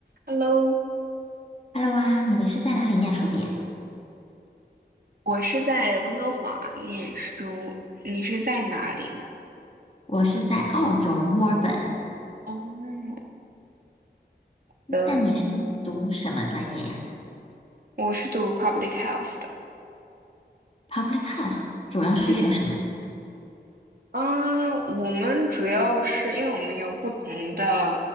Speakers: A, on the right; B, on the left.
A: Hello，
B: Hello 啊，你是在哪里念书的呀？
A: 我是在温哥华念书，你是在哪里呢？
B: 我是在澳洲墨尔本，
A: 哦，对，
B: 但你是读什么专业呀
A: 我是读 public health 的。
B: ？Public Health 主要是学什么的呀？
A: 嗯啊，我们主要是因为我们有不同的